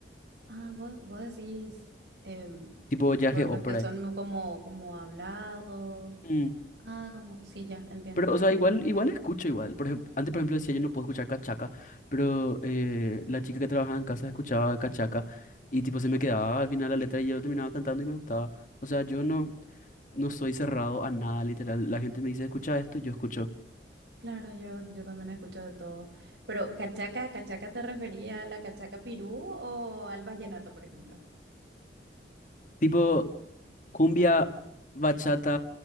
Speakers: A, on the right (about 85°); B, on the left (about 45°).
A: Ah, vos, vos decís em,
B: tipo Yage
A: por
B: o
A: los
B: por
A: que son
B: ahí.
A: mu- como, como hablados.
B: Mm,
A: Ah, como, sí, ya, entiendo,
B: Pero,
A: entiendo,
B: o sea, igual,
A: entiendo.
B: igual escucho igual. Por ejemplo, antes, por ejemplo, decía yo no puedo escuchar cachaca, pero eh, la chica que trabajaba en casa escuchaba cachaca y tipo se me quedaba al final la letra y yo terminaba cantando y me gustaba. O sea, yo no, no soy cerrado a nada, literal. La gente me dice, escucha esto, y yo escucho.
A: Claro, yo, yo también escucho de todo. Pero, ¿cachaca, cachaca te refería a la cachaca pirú o al vallenato, por ejemplo?
B: Tipo cumbia, bachata,